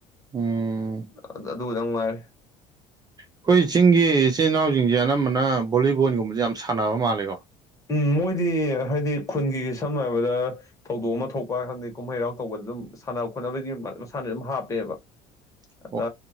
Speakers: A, on the right; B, on the left.
A: ꯎꯝ
B: ꯑ ꯑꯗꯨꯗꯪ ꯅꯨꯡꯉꯥꯏꯔꯦ
A: ꯑꯩꯈꯣꯏ ꯆꯤꯡꯒꯤ ꯏꯆꯤꯟ ꯏꯅꯥꯎꯁꯤꯡꯁꯦ ꯑꯅꯝꯕꯅ ꯕꯣꯂꯤꯕꯣꯜꯒꯨꯝꯕꯖꯦ ꯌꯥꯝ ꯁꯥꯟꯅꯕ ꯃꯥꯜꯂꯦꯀꯣ
B: ꯎꯝ ꯃꯣꯏꯗꯤ ꯍꯥꯏꯗꯤ ꯈꯨꯟꯒꯤ ꯁꯝꯅ ꯍꯥꯏꯔꯕꯗ ꯊꯧꯗꯣꯛ ꯑꯃ ꯊꯣꯛꯄ ꯈꯪꯗꯦ ꯀꯨꯝꯍꯩ ꯍꯔꯥꯎ ꯇꯧꯕꯗ ꯑꯗꯨꯝ ꯁꯥꯟꯅ ꯈꯣꯠꯅꯕꯒꯤ ꯃ ꯃꯁꯥꯟꯅ ꯑꯗꯨꯝ ꯍꯥꯞꯄꯦꯕ
A: <inaudible>
B: ꯑꯗ